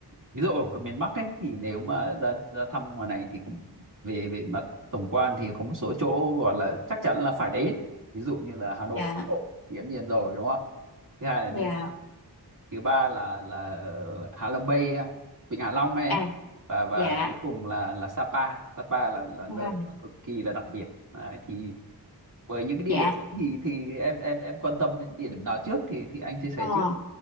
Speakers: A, on the right (about 50°); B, on the left (about 60°).
A: ví dụ ở ở miền Bắc ấy thì nếu mà ra ra thăm ngoài này thì cũng về về mặt tổng quan thì có một số chỗ gọi là chắc chắn là phải đến ví dụ như là Hà Nội
B: Dạ,
A: Tổ, thì hiển nhiên rồi đúng không? ạ? Thứ hai là
B: dạ,
A: Ninh thứ ba là là Hạ Long Bay Vịnh Hạ Long ấy
B: à,
A: và và
B: dạ,
A: cuối cùng là là Sapa Sapa là là nơi
B: dạ.
A: mà cực kỳ là đặc biệt Đấy, thì với những cái địa
B: Dạ.
A: điểm ấy thì thì em em em quan tâm đến địa điểm nào trước thì thì anh chia sẻ
B: Ờ.
A: trước